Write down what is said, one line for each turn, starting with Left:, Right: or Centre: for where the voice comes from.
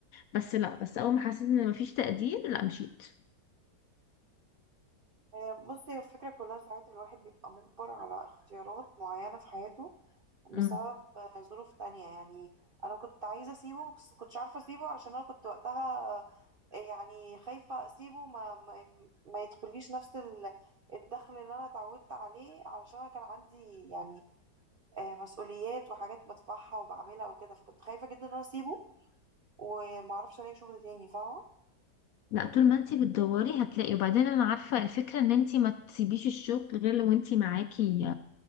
Left: بس لا بس أول ما حسيت إن مفيش تقدير لا مشيت
Right: آه، بصي هي الفكره كلها ساعات الواحد بيبقى مجبر على اختيارات معينه في حياته
Left: مم.
Right: بسبب آه، ظروف تانية يعني انا كنت عايزه اسيبه بس كنتش عارفه اسيبه علشان انا كنت وقتها آه، يعني خايفه اسيبه ما ما, ما يدخليش نفس ال- الدخل اللي انا اتعودت عليه علشان انا كان عندي يعني آه، مسؤوليات وحاجات بدفعها وبعملها وكده فكنت خايفة جدا ان انا اسيبه ومعرفش الاقي شغل تاني فاهمة
Left: لا طول ما انتي بتدوري هتلاقي وبعدين أنا عارفة الفكرة إن انتي ما تسيبيش الشغل غير لو انتي معاكي